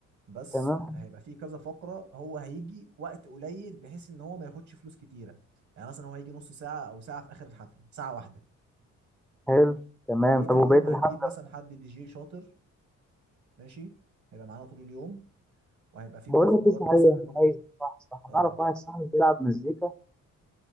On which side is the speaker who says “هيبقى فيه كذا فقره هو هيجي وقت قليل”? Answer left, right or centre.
Right